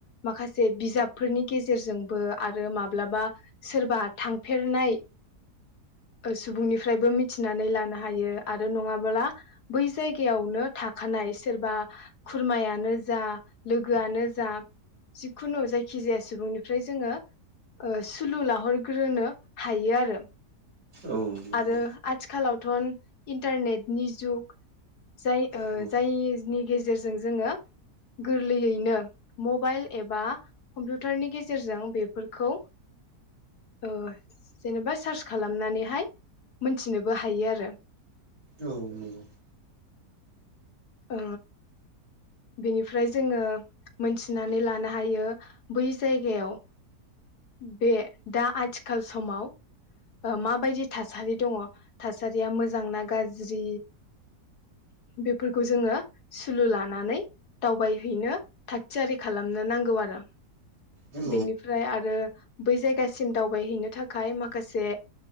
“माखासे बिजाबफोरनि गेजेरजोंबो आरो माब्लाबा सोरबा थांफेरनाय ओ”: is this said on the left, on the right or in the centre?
Left